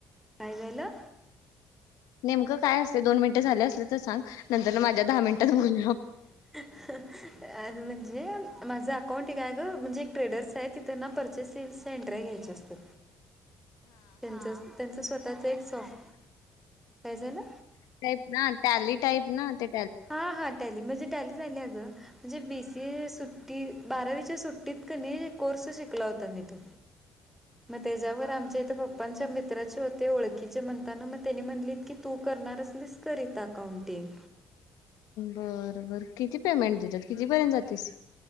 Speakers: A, in the centre; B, on the left (about 80°).
A: काय झालं
B: नेमकं काय असते दोन मिनिटं झाले असले तर सांग नंतर माझ्या दहा मिनिटात बोल
A: <unintelligible> म्हणजे माझं अकाउंट आहे काय गं म्हणजे एक ट्रेडर्स आहे ति त्यांना परचेस सेल्सचे एंटर घ्यायचे असतं त्यांच त्यांच स्वतःच एक शाॅप काय झालं
B: टाईप ना टॅली टाईप ना ते
A: हा हा टॅली म्हणजे टॅली झाली अगं म्हणजे बी सी ए सुट्टी बारावीच्या सुट्टीत क नी कोर्स शिकला होता मी तो मग त्याच्यावर आमच्या इथं पंचे मित्राचे होते ओळखीचे म्हणताना मग त्यांनी म्हणलीत की तु करणार असलीस करीत अकाउंटिंग
B: बरं बर किती पेमेंट देतात कितीपर्यंत जातेस